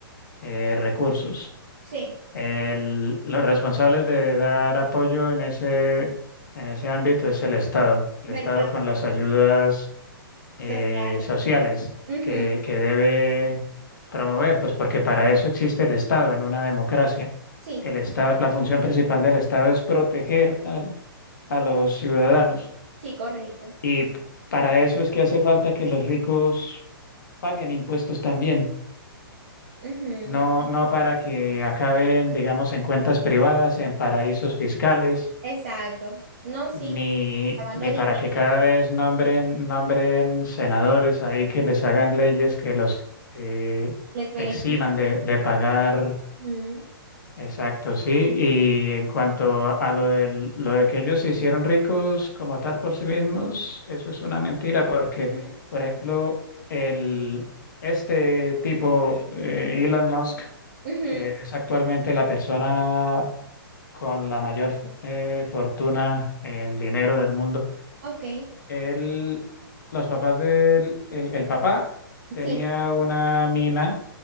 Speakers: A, on the left; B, on the right.
A: eh, recursos.
B: Sí,
A: El- los responsables de dar apoyo en ese, en ese ámbito es el Estado. El
B: ¿verdad?
A: Estado con las ayudas eh,
B: Sociales.
A: sociales
B: Ujú,
A: que, que debe promover? Pues porque para eso existe el Estado en una democracia.
B: Sí,
A: El Estado, la función principal del Estado es proteger al- a los ciudadanos
B: sí, correcto.
A: y para eso es que hace falta que los ricos paguen impuestos también.
B: Ujú,
A: No, no para que acaben, digamos, en cuentas privadas, en paraísos fiscales
B: Exacto. No, sí,
A: ni,
B: sí. Lavando
A: ni
B: dinero,
A: para que cada vez nombren, nombren senadores ahí que les hagan leyes que los eh,
B: les beneficia.
A: eximan de, de pagar.
B: Ujú,
A: Exacto, sí. Y en cuanto a lo del, lo de que ellos se hicieron ricos como tal por sí mismos, eso es una mentira porque,
B: ujú,
A: por ejemplo, el, este tipo, eh, Elon Musk,
B: ujú,
A: que es actualmente la persona con la mayor eh, fortuna en dinero del mundo,
B: Ok.
A: él, los papás del el, el papá
B: Sí,
A: tenía una mina